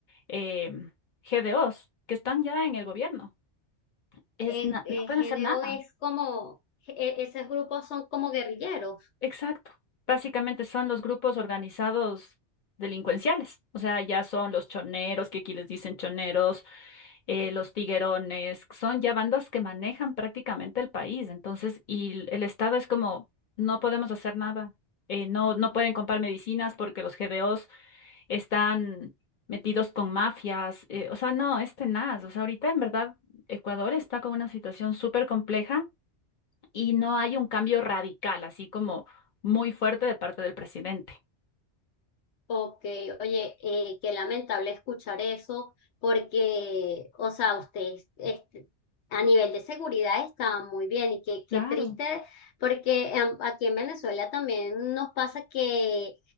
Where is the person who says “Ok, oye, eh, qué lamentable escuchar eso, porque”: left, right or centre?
Left